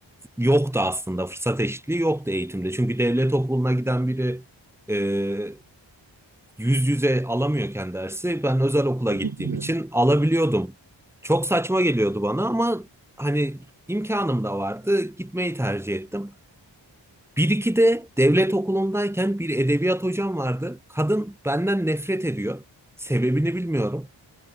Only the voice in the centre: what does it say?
yoktu aslında fırsat eşitliği yoktu eğitimde. Çünkü devlet okuluna giden biri e, yüz yüze alamıyorken dersi ben özel okula
gittiğim
için alabiliyordum. Çok saçma geliyordu bana ama hani imkanım da vardı gitmeyi tercih ettim. Bir iki de devlet okulundayken bir edebiyat hocam vardı. Kadın benden nefret ediyor. Sebebini bilmiyorum.